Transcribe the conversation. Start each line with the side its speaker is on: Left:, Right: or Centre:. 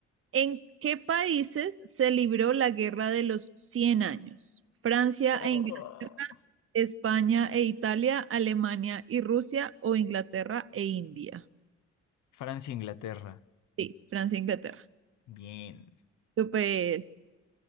Right: ¿En qué países se libró la Guerra de los Cien años? Francia
Left: Oh.
Right: e Inglaterra, España e Italia, Alemania y Rusia o Inglaterra e India.
Left: Francia, Inglaterra.
Right: Sí, Francia e Inglaterra.
Left: Bien,
Right: Súper.